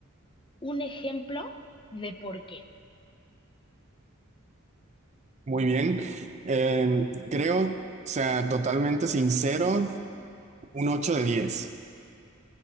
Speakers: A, on the left; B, on the right.
A: un ejemplo de por qué.
B: Muy bien. Eh, creo, o sea, totalmente sincero, un 8 de 10.